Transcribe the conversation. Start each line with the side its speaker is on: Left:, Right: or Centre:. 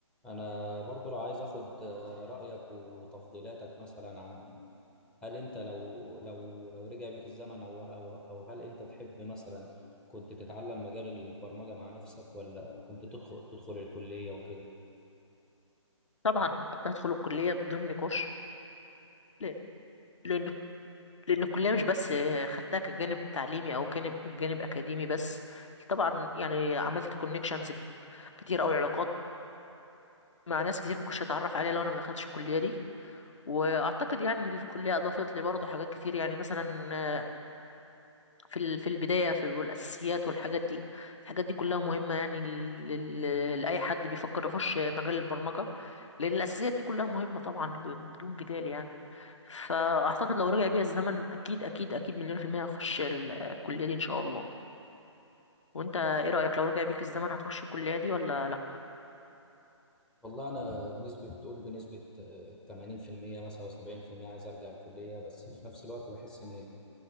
Centre: انا برضو لو عايز اخد آه، رايك وتفضيلاتك مثلا عن هل انت لو لو لو رجع بيك الزمن او او او هل انت تحب مثلا كنت تتعلم مجال البرمجه مع نفسك ولا كنت تدخل تدخل الكليه وكده
Left: طبعا كنت هدخل الكلية بدون نقاش لا- لأن لأن الكلية مش بس خدتها كجانب تعليمي أو جانب جانب أكاديمي بس طبعا يعني عملت كونكشنز كتير أو علاقات مع ناس كتير ما كنتش أتعرف عليها لو أنا ما دخلتش الكلية دي وأعتقد يعني الكلية أضافت لي برضه حاجات كتير يعني مثلا آه، في ال- في البداية في والأساسيات والحاجات دي الحاجات دي كلها مهمة يعني لل- لل- لأي حد بيفكر يخش مجال البرمجة لأن الأساسيات دي كلها مهمة طبعا بدون جدال يعني فاعتقد لو رجع بيا الزمن اكيد اكيد اكيد مليون في المية هخش ال- الكلية دي ان شاء الله وانت ايه رأيك لو رجع بيك الزمن هتخش الكلية دي ولا لا
Centre: والله انا بنسبه تقول بنسبه آه، 80% مثلا او 70% عايز ارجع الكليه بس في نفس الوقت بحس ان